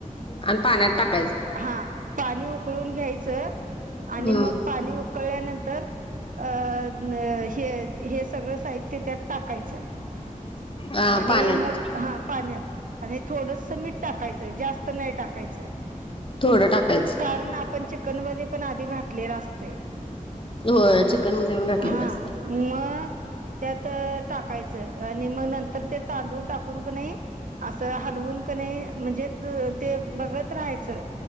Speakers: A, on the left; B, on the right.
A: आणि पाण्यात टाक
B: हा, पाणी उकळून घ्यायचं आणि
A: हम्म
B: मग पाणी उ कळल्यानंतर अ, न, हे, हे सगळं साहित्य त्यात टाकायचं.
A: अ
B: आणि
A: पाण्यात
B: मग हा, पाण्यात. आणि थोडस मीठ टाकायचं, जास्त नाही टाकायचं.
A: थोडं टाकायचं.
B: कारण आपण चि चिकन मध्ये पण आधी घातलेला असतय.
A: होय, चिकन मध्ये पण घातलेलं
B: हां
A: असतय
B: मग, त्यात टाकायचं आणि म नंत ते तांदूळ टाकून क नी अस हलवून कणी म्हणजे ते बघत राहायचं,